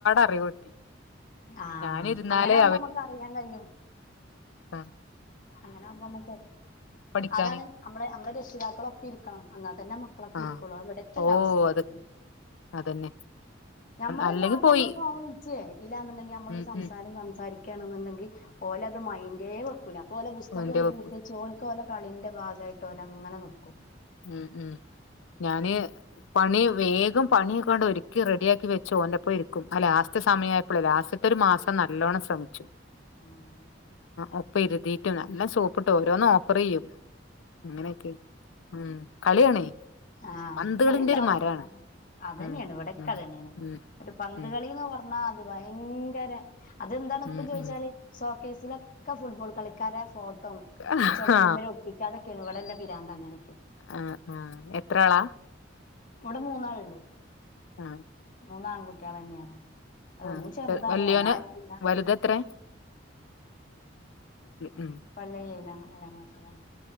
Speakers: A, on the left (about 75°); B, on the left (about 45°).
A: അറിവ് കിട്ടി
B: ആഹ
A: ഞാനിരുന്നാലേ
B: അങ്ങനൊവകുമ്പോ നമ്മുക്ക് അറിയാൻ കഴിയും
A: ആഹ
B: അങ്ങനെ ആകുമ്പോക്ക
A: പഠിക്കാന്
B: അതാണ് നമ്മെ നമ്മളെ രക്ഷിതാക്കളൊക്കെ ഇരിക്കണം എന്നാ തന്നെ മക്കളൊക്കെ
A: ആഹ്
B: ഇരിക്കൊുള്ളു അവിടത്തെല്ല
A: ഓ
B: അവസ്ഥ അതന്ന
A: അത് അതന്നെ
B: നമ്മളൊരു
A: അല്ലെങ്കി പോയി
B: നമ്മള് പോിച്ചേ ഇല്ലാന്നുണ്ടെങ്കിൽ നമ്മളരു
A: ഉം
B: സംസാരം
A: ഉം
B: സം ണ്ടെങ്കിൽ ഓലത് മൈന്റേവെക്കൂല. ഇതുപോലെ പുസ്തകം
A: ഓന്റെ
B: ഒരു
A: വെക്കും
B: പൂട്ടിച്ചോ? ലെ കളിന്റെ ഭാഗമായിട്ട് ഓലങ്ങനെ നിൽക്കു
A: ഉം ഉം ഞാന് പണി വേഗം പണിയൊക്കണ്ട് ഒരിക്കി റെഡിയ ആക്കി വെച്ചു ഓന്റെപ്പോ ഇരിക്കും. ആ ലാസ്റ്റ് സമയപ്പോ ലാസ്റ്റ ഒരു മാസം നല്ലോണ്ണം ശ്രമിച്ചു.
B: ഉം
A: ഒപ്പ ഇരുതിട്ടും നല്ലാം സോപ്പിട്ട് ഓരോന്നും ഓഫർ ചെയ്യും. അങ്ങനെയൊക്കെ ഉം കളിയാണ്
B: ആ
A: പന്തുകളിന്റെ
B: കളിയുണ്ടാവും.
A: ഒരു മരാണ്
B: അതന്നെയാണ്.
A: ഉം
B: ഇവിടക്കെ
A: ഉം
B: അതന്നെയാണ്
A: ഉം
B: ഒരു പന്ത്
A: ഉം
B: കളിന്ന് പറഞ്ഞ ആ അത് ഭയങ്കര അതെന്താണ് ഇപ്പ
A: ഉം
B: ചോദിച്ചാല്
A: ഉം
B: സോകേസിലക്കെ ഒക്കെ ഫുട്ബോൾ കളിക്കാരുടെ ഫോ ക്കും.
A: ആഹ്
B: ചെവിരുമേൽ കെടു വല്ലേപിരാന്ത് അങ്ങനെ
A: ആ ആ എത്ര ആളാ?
B: ഇവിടെ മൂന്നാളുണ്ട്.
A: ആ
B: മൂന്ന് ആൺ കുട്ടികള് തന്നെയാണ്.
A: ആ
B: ഒന്ന് ചെറുതാണ്
A: വല്യോനെ
B: ഓനായിട്ടില്ല
A: വലുത എത്രേ? ഉം
B: <unintelligible> ഏഴാം ഏഴാംക്ലസ്സിലാണ്.